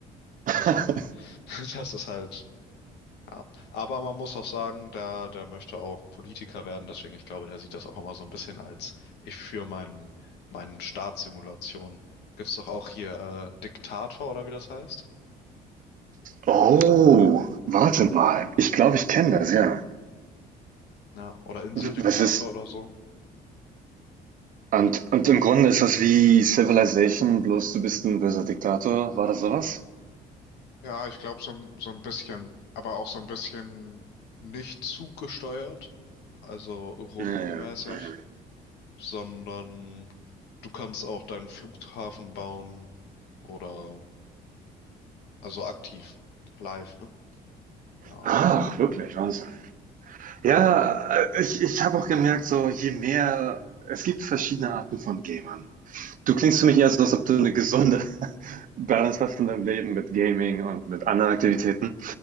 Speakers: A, on the right; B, on the left.
A: <laughs>
B: Also, <laughs> das ist halt Ja, aber man muss auch sagen, der, der möchte auch Politiker werden, deswegen ich glaube, der sieht das auch immer so ein bisschen als ich für meinen meinen Staatssimulation. Gibt's doch auch hier äh, Diktator oder wie das heißt?
A: Oh, warte mal. Ich glaube, ich kenne das, ja.
B: Ja, oder Inseldiktator
A: Das ist,
B: oder so.
A: und, und im Grunde ist das wie Civilization, bloß du bist ein böser Diktator. War das sowas?
B: Ja, ich glaube, so, ein- so ein bisschen, aber auch so ein bisschen nicht zuggesteuert, also rundenmäßig,
A: Ja, ja. Mhm.
B: sondern du kannst auch deinen Flughafen bauen oder also aktiv, live, ne? Keine Ahnung.
A: Ach, wirklich, Wahnsinn. Ja, äh, ich, ich habe auch gemerkt, so je mehr, es gibt verschiedene Arten von Gamern. Du klingst für mich eher so, als ob du eine gesunde <laughs> Balance hast in deinem Leben mit Gaming und mit anderen Aktivitäten.